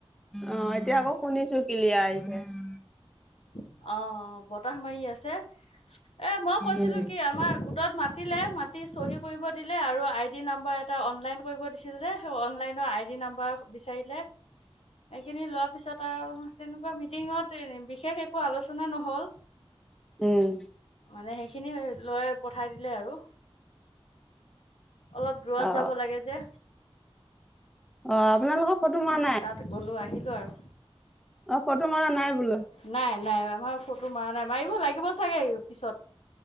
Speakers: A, in the centre; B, on the left.
A: অ এতিয়া আকৌ শুনিছো কিলিয়াৰ আহিছে।
B: অ বতাহ মাৰি আছে এ মই কৈছিলো
A: উম
B: কি আমাৰ গোটত মাতিলে মাতি চহী কৰিব দিলে আৰু আই ডি নাম্বাৰ এটা এটা অনলাইন কৰিব দিছিল যে সেই অনলাইনৰ আইডি নাম্বাৰ বিচাৰিলে। এইখিনি লোৱাৰ পিছত আৰু তেনেকুৱা মিটিঙত এ বিশেষ একো একো আলোচনা নহ'ল।
A: উম।
B: মানে এইখিনি লৈ পঠাই দিলে আৰু। অলপ দূৰত
A: অ
B: যাব লাগে যে।
A: অ আপোনালোকৰ ফটো মৰা
B: সেই
A: নাই?
B: তাত গ'লো আহিলো আৰু
A: অ ফটো মৰা নাই বোলো।
B: নাই নাই আমাৰ ফটো মাৰা নাই মাৰিব লাগিব চাগে পিছত।